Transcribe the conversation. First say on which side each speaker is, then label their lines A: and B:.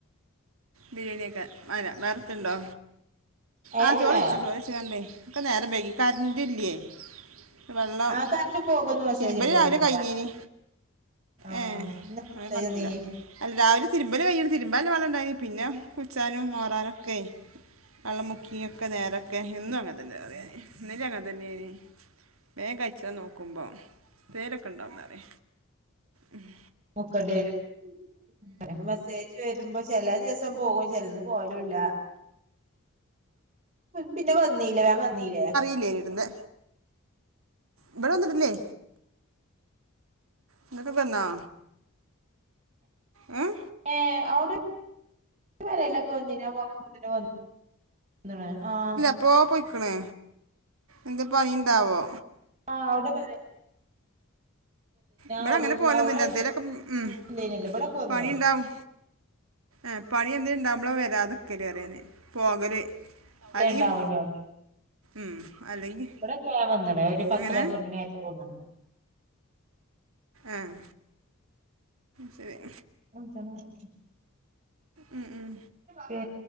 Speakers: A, on the right; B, on the right.
A: ബിരിയാണിയൊക്കെ വേറത്തുണ്ടോ
B: ഏഹ്
A: ആഹ് ചോറ് കയിച്ചു ചോറ് കയിച്ചു കണ്ടേ ഒക്കെ നേരം വൈകി കറണ്ട് ഇല്ലിയേ വെള്ളം
B: ആ കറണ്ട് പോകുന്ന് മെസ്സേജ്
A: തിരുമ്പല്
B: ഇണ്ട് തോന്ന്ണ്ട്ല്ലേ
A: രാവിലെ കയിഞ്ഞീനി
B: ആഹ്
A: ഏഹ്
B: ഇന്നലെ
A: അതിനെ
B: മെസ്സേജ്
A: കണ്ടട്ടില്ല
B: വന്നീനി
A: അല്ല രാവിലെ തിരുമ്പല് കയിഞ്ഞു തിരുമ്പാന് വെള്ളം ഉണ്ടായിനി പിന്നെ കുച്ചാനും മാറാനൊക്കെ. വെള്ളം മുക്കിയൊക്കെ നേരൊക്കെ എന്നും അങ്ങനെ തന്നെ അറിയാൻ ഇന്നലെ അങ്ങനെ തന്നെയാരുന്നു വേഗം കയിച്ചാൻ നോക്കുമ്പോ എന്തെലും ഒക്കെ ഉണ്ടാവുന്നു പറയാ മ്മ്
B: മുക്കണ്ട വരും മെസ്സേജ് വരുമ്പോ ചില ദിവസം പോകും ചിലതിന് പോകലും ഇല്ല പിന്നെ വന്നീല്ലെ വേഗം വന്നീല്ലെ
A: ഇല്ലേ ഇടുന്നെ ഇവടെ വന്നിട്ടില്ലെ നിങ്ങക്ക് വന്നാ ങും
B: ഏഹ് അവിടെ കുഞ്ഞിനെ <unintelligible> ആഹ്
A: ഇപ്പോളെ പോയ്ക്കണ് എന്ത് പണിയുണ്ടാവോ
B: ആഹ് അവിടെ പറ
A: ഇബടെ
B: അവിടെന്ന്
A: അങ്ങനെ പോലൊന്നുമില്ല
B: അവിടെ
A: എന്തേലൊക്കെ മ്മ്
B: ഇല്ലേനല്ലോ ഇവിടൊക്കെ വന്ന്ണേ
A: പണിയുണ്ടാവും ആപണിയെന്തെങ്കില്ണ്ടാക്മ്പളാ വരാതെക്കലറിയല് പോകല് അലിയും
B: ണ്ടാവും ഇഞ്ഞോട്
A: ആഹ് അല്ലെങ്കിൽ
B: ഇവിടൊക്കെ ഞാൻ വന്ന്ണ് ഒരു പത്ത്
A: യെങ്ങനെ
B: പന്ത്രണ്ടിനായപ്പോ വന്ന്ണ്
A: ഏഹ് ശെരി
B: <unintelligible>
A: ഉം, ഉം.
B: പി